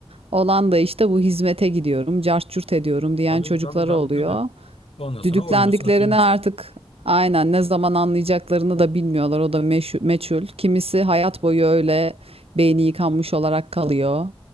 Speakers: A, on the right; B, on the left.
A: Olan da işte bu hizmete gidiyorum, cart curt ediyorum diyen
B: Tabii
A: çocukları
B: tabii tabii
A: oluyor.
B: tabii. Ondan sonra
A: Düdüklendiklerini
B: oyunu satıyoruz.
A: artık aynen ne zaman anlayacaklarını da bilmiyorlar. O da meşhu- meçhul. Kimisi hayat boyu öyle beyni yıkanmış olarak kalıyor.